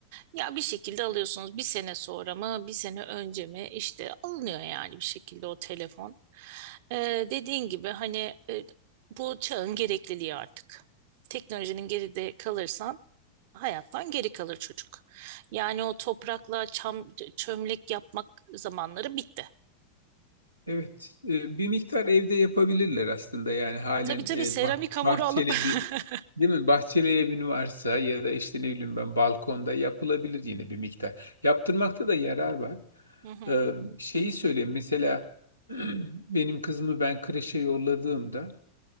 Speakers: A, on the right; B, on the left.
A: Ya bir şekilde alıyorsunuz bir sene sonra mı, bir sene önce mi işte alınıyor yani bir şekilde o telefon. Ee, dediğin gibi hani e, bu çağın gerekliliği artık. Teknolojinin geride kalırsan hayattan geri kalır çocuk. Yani o toprakla çam, çömlek yapmak zamanları bitti.
B: Evet, e, bir miktar evde yapabilirler aslında yani halen
A: Tabii tabii
B: e,
A: seramik
B: bah-
A: hamuru
B: bahçeli
A: alıp
B: bir
A: <laughs>
B: değil mi? Bahçeli evin varsa ya da işte ne bileyim ben balkonda yapılabilir yine bir miktar. Yaptırmakta da yarar var.
A: Hı hı.
B: E, şeyi söyleyeyim mesela <clears throat> benim kızımı ben kreşe yolladığımda